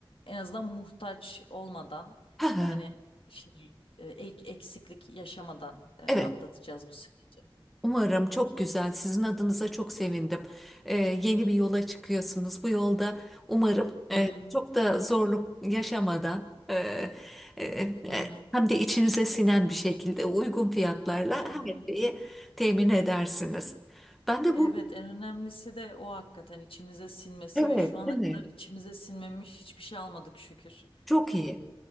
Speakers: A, on the left; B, in the centre.
A: en azından muhtaç olmadan
B: Aha,
A: hani şey e, ek- eksiklik yaşamadan e,
B: evet.
A: atlatacağız bu süreci.
B: Umarım çok güzel. Sizin adınıza çok sevindim. Ee, yeni bir yola çıkıyorsunuz. Bu yolda umarım
A: Hı
B: e,
A: hı.
B: çok da zorluk yaşamadan e, e, e,
A: Hı hı.
B: hem de içinize sinen bir şekilde uygun fiyatlarla
A: Hı
B: her
A: hı.
B: şeyi temin edersiniz. Ben de
A: Evet
B: bu
A: en önemlisi de o hakikaten içimize sinmesi
B: evet,
A: ve şu ana
B: evet.
A: kadar içimize sinmemiş hiçbir şey almadık şükür.
B: Çok iyi.